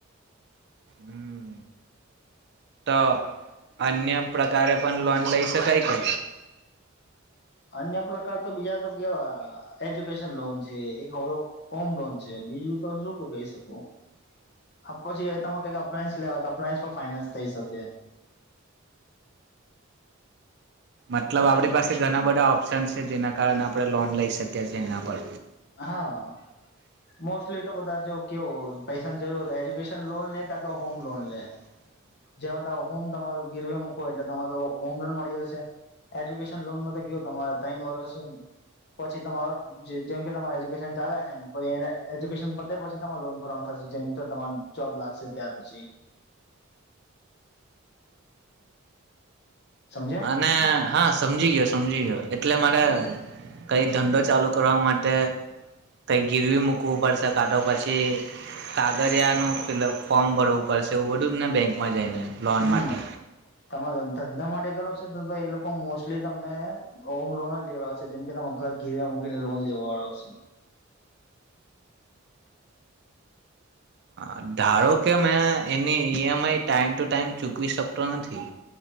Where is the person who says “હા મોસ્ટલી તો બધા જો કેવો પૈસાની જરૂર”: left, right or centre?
Left